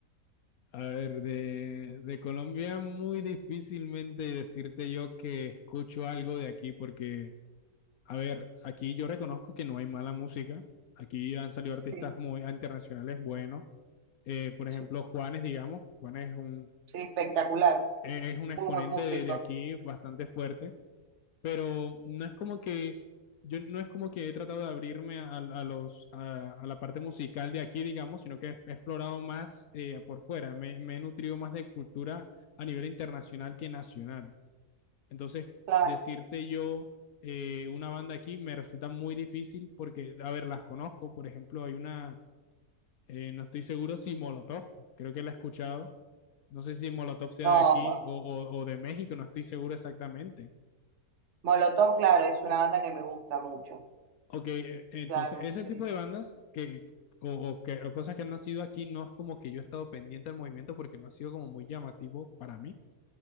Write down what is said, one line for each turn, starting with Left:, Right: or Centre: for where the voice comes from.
Left: A ver, de, de Colombia muy difícilmente decirte yo que escucho algo de aquí porque, a ver, aquí yo reconozco que no hay mala música. Aquí han salido artistas
Right: Sí,
Left: muy internacionales buenos. Eh, por
Right: sí,
Left: ejemplo, Juanes, digamos. Juanes es un,
Right: sí, espectacular.
Left: es un exponente
Right: Muy buen músico,
Left: de, de aquí bastante fuerte pero no es como que yo no es como que he tratado de abrirme a, a los a, a la parte musical de aquí, digamos, sino que he explorado más eh, por fuera, me, me he nutrido más de cultura a nivel internacional que nacional. Entonces,
Right: claro.
Left: decirte yo eh, una banda aquí me resulta muy difícil porque, a ver, las conozco, por ejemplo, hay una, eh, no estoy seguro si Molotov, creo que la he escuchado, no sé si Molotov sea
Right: No,
Left: de aquí
Right: Mo-
Left: o, o o de México, no estoy seguro exactamente
Right: Molotov, claro, es una banda que me gusta mucho.
Left: Ok, e- entonces
Right: Claro,
Left: ese
Right: sí.
Left: tipo de bandas que, o, o que, o cosas que han nacido aquí no es como que yo he estado pendiente del movimiento porque no ha sido como muy llamativo para mí.